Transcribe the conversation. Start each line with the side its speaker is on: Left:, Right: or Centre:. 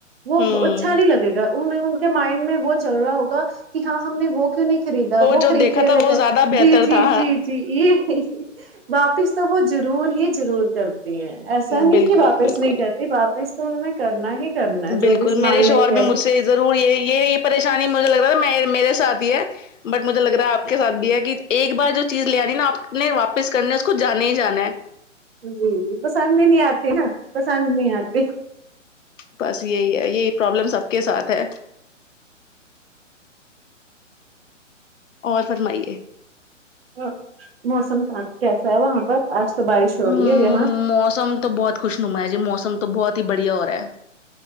Right: وہ
Left: ہوں
Right: اچھا نہیں لگے گا ان ان کے مائنڈ میں وہ چل رہا ہوگا کہ ہاں ہم نے وہ کیوں نہیں خریدا وہ
Left: جو
Right: خریدتے
Left: دیکھا تھا
Right: لیتے
Left: وہ زیادہ بہتر
Right: جی جی
Left: تھا
Right: جی جی یہ واپس تو وہ ضرور ہی ضرور کرتی ہیں ایسا نہیں
Left: بالکل
Right: کہ واپس
Left: بالکل
Right: نہیں کر واپس تو انہوں نے کرنا ہی کرنا ہے
Left: بالکل
Right: جو بھی سامان
Left: میرے
Right: لے
Left: شوہر
Right: کے
Left: میں
Right: آئیے
Left: مجھ سے ضرور یہ یہ پریشانی مجھے لگ رہا میں میرے ساتھ ہی ہے بٹ مجھے لگ رہا ہے آپ کے ساتھ بھی ہے کہ ایک بار جو چیز لے آنی نا آپ نے واپس کرنی ہے اس کو جانا ہی جانا ہے
Right: جی جی پسند ہی نہیں آتی نا پسند نہیں آتی
Left: بس یہی ہے یہی پرابلم سب کے ساتھ ہے اور فرمائیے
Right: اور موسم کیسا ہے وہاں پر آج تو بارش ہو
Left: ہ
Right: رہی ہے یہاں
Left: موسم تو بہت خوش نما جی موسم تو بہت ہی بڑھیا ہو رہا ہے